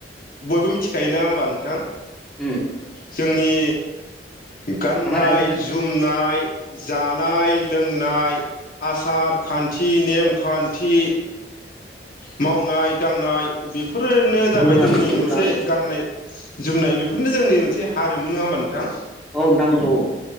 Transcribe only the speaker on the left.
बयबो मिथिखायो ना होमबा नोंथां?
जोंनि गाननाय-जुमनाय
जानाय लोंनाय आसार-खान्थि, नेमखान्थि, मावनाय-दांनाय बेफोरनो जाबाय
जोंनि
मोनसे
गाननाय-जोमनाय बेफोरनो जोंनि मोनसे से हारिमु नङा होमबा नोंथां?